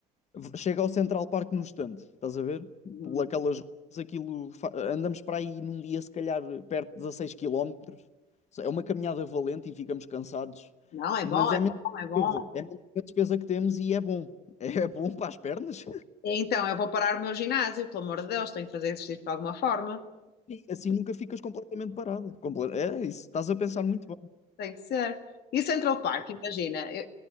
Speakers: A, on the left; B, on the left.
A: chega ao Central Park num instante, estás a ver?
B: uhum.
A: Por aquelas ruas, aquilo, fa- andamos para aí num dia, se calhar, perto de 16 quilómetros. É uma caminhada valente e ficamos cansados,
B: Não, é
A: mas
B: bom, é
A: é
B: bom,
A: mesmo.
B: é bom.
A: despesa, É mesmo a despesa que temos e é bom. <laughs> É bom para as pernas.
B: Então, eu vou parar o meu ginásio, pelo amor de Deus, tenho que fazer exercício de alguma forma.
A: E assim nunca ficas completamente parada. Comple- É isso, estás a pensar muito bem.
B: Tem que ser. E Central Park, imagina. Eu,